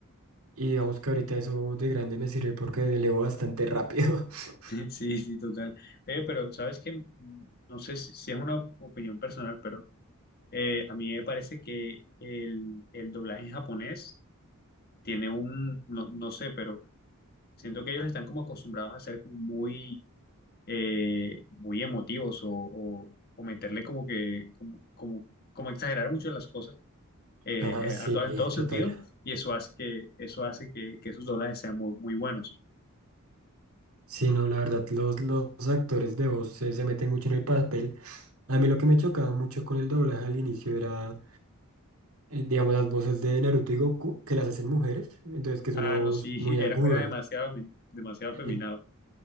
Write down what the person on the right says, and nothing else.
y digamos que ahorita eso de grande me sirve porque leo bastante rápido. <laughs>
Ah, sí,
total.
Sí, no, la verdad, los, los actores de voz se, se meten mucho en el papel. A mí lo que me chocaba mucho con el doblaje al inicio era, el- digamos, las voces de Naruto y Goku, que las hacen mujeres, entonces que es
una voz
muy
aguda.
En-